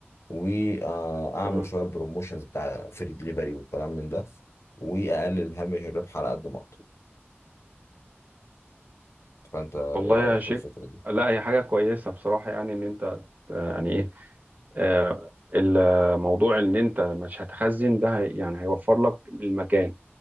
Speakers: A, on the left; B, on the right.
A: واعمل
B: تمام
A: شويه بروموشنز بتاع فري دليفري والكلام من ده واقلل هامش الربح على قد ما اقدر فانت ايه
B: والله
A: رايك
B: يا شيخ
A: في الفكره دي
B: لا هي حاجه كويسه بصراحه يعني ان انت يعني ايه آه، الموضوع ان انت مش هتخزن ده هي- يعني هيوفر لك المكان